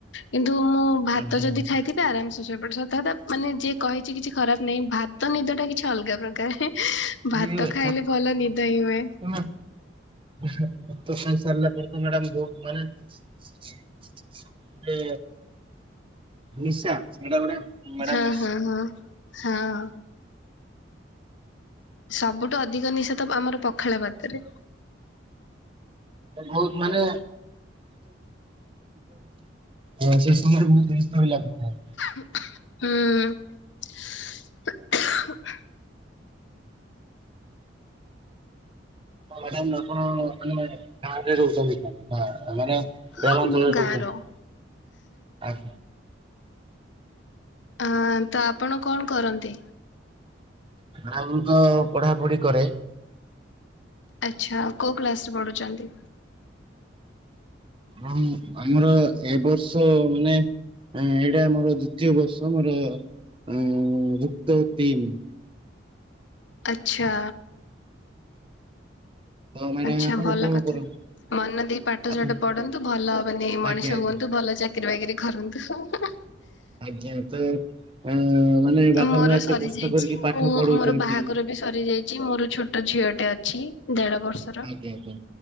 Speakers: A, on the left; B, on the right.
A: କିନ୍ତୁ ମୁଁ ଭାତ
B: ଆଜ୍ଞା
A: ଯଦି ଖାଇଥିବି ଆରାମ ସେ ଶୋଇପଡେ। ସତ କଥା ମାନେ ଯିଏ କହିଛି କିଛି ଖରାପ ନାହିଁ। ଭାତ ନିଦ ଟା କିଛି ଅଲଗା ପ୍ରକାର।
B: ଆଜ୍ଞା
A: ଭାତ ଖାଇଲେ ଭଲ ନିଦ ହିଁ ହୁଏ।
B: ହଁ <inaudible> ଭାତ ଖାଇ ସାରିଲା ପରେ ତ ମ୍ୟାଡାମ ବହୁତ ମାନେ <inaudible> ଏ ନିଶା ମ୍ୟାଡ଼ାମ
A: ହଁ
B: ନିଶା।
A: ହଁ ହଁ। ହଁ ଆଁ ସବୁଠୁ ଅଧିକ ନିଶା ତ ଆମର ପଖାଳ ଭାତରେ।
B: <inaudible> ବହୁତ ମାନେ ହଁ ସେ ସମୟରେ ବହୁତ ବ୍ୟସ୍ତ ଭଳି ଲାଗୁଥାଏ।
A: ହୁଁ <unintelligible>
B: ମ୍ୟାଡ଼ାମ ଆପଣ ମାନେ ଗାଁରେ ରହୁଛନ୍ତି? ହଁ ମାନେ
A: ହଁ
B: ଗ୍ରାମାଞ୍ଚଳ
A: ମୁଁ ଗାଁର
B: ରହୁଛନ୍ତି ଆ
A: ହଁ ତ ଆପଣ କଣ କରନ୍ତି?
B: ଆଉ ମୁଁ ତ ପଢାପଢି କରେ।
A: ଆଚ୍ଛା କୋଉ କ୍ଲାସରେ ପଢୁଛନ୍ତି?
B: ହଁ ଆମର ଏ ବର୍ଷ ମାନେ ଆଜ୍ଞା ଏଇଟା ମୋର ଦ୍ଵିତୀୟ ବର୍ଷ ମୋର ଅ ଯୁକ୍ତ ତିନି।
A: ଆଚ୍ଛା।
B: ତ ମ୍ୟାଡାମ
A: ଆଛା
B: ଆପଣ
A: ଭଲ
B: କଣ
A: କଥା।
B: କରନ୍ତି
A: ମନ ଦେଇ ପାଠସାଠ
B: ଆପଣ
A: ପଢନ୍ତୁ ଭଲ ମାନେ
B: ଆଜ୍ଞା
A: ମଣିଷ
B: ଆଜ୍ଞା।
A: ହୁଅନ୍ତୁ ଭଲ ଚାକି ଚାକିରି ବାକରି କରନ୍ତୁ।
B: ଆଜ୍ଞା ତ ଅ ମାନେ ବାପା
A: ମୋର
B: ମା ଏତେ
A: ସରିଯାଇଛି
B: କଷ୍ଟ କରିକି ପାଠ
A: ମୁଁ
B: ପଢଉଛନ୍ତି।
A: ମୋର ବାହାଘର ବି ସରିଯାଇଛି ମୋର ଛୋଟ ଝିଅଟେ ଅଛି ଦେଢ ବର୍ଷ ଅଛି
B: ଆଜ୍ଞା ଆଜ୍ଞା